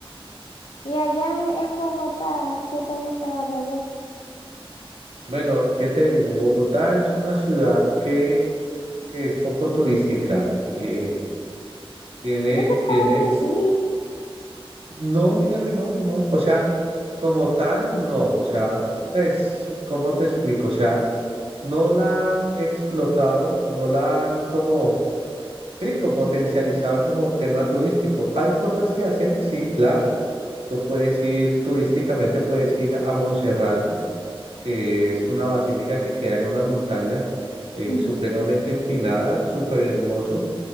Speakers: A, on the left (about 75°); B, on the right (about 90°).
A: Y allá en, en Bogotá, ¿qué te gustaba de allá?
B: Bueno, ¿qué te digo? Bogotá es una ciudad que, que es poco turística. eh, tiene,
A: Yo pensaba
B: tiene,
A: que sí.
B: no, mira que no, no, o sea, como tal, no, o sea, pues, ¿cómo te explico? O sea, no la han explotado o no la han como Sí, como potencializado como tema turístico. Hay cosas que hacer, sí, claro. Tú puedes ir turísticamente, puedes ir a Monserrate, que es una basílica que queda en una montaña eh,
A: Ujú.
B: supremamente empinada, súper hermoso.